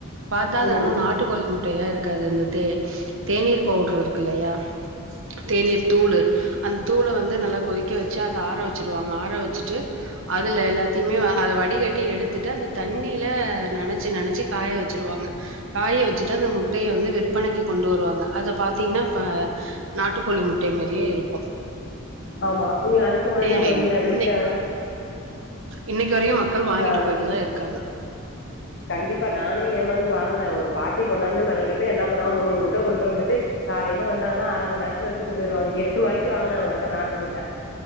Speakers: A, on the right; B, on the left.
A: பாத்தா அது
B: ம்
A: ஆனா நாட்டுக்கோழி முட் ட்டையா இருக்காது இந்த தே தேநீர் பவுட்ர் இருக்கு இல்லையா தேநீர் தூள் அந்த தூள வந்து நல்லா கொதிக்க வச்சி அத ஆற வச்சிருவாங்க ஆற வச்சிட்டு அதுல எல்லாத்தியுமே அத வடிகட் ட்டி எடுத்துட்டு அந்த தண்ணில நெனச்சி நெனச்சி காய வச்சிருவாங்க காய வச்சிட்டு அந்த முட்டய வந்து விற்பனைக்கு கொண்டு வருவாங்க அத பாத்தீங்னா இப்ப நாட்டுக்கோழி முட்டை மேரியே இருக்கு
B: ஆமா நீங்க அதுக்கு முன்னாடி
A: <unintelligible>
B: தோழி நா
A: இன்னக்
B: வீட்ல
A: இன்னகி வரயு மக்கள் வாங்கிட்டு
B: ஆ
A: போயிட்டுதா இருக்காங்க
B: கண்டிப்பா நானே ஏமாந்து வாங்ன ஒரு பாட்டி கொண்டாந்து மெனக்கட்டு என்ன பண்ணாங்க நூறு முட்ட கொண்டு வந்துட்டு காலையில வந்தாங்னா அர மணி நேரத்ல வித்துட்டுபோய்டுவாங்க எட் ரூவாக்கு வாங்ன அவங்கிட்ட நாட்டு முட்ட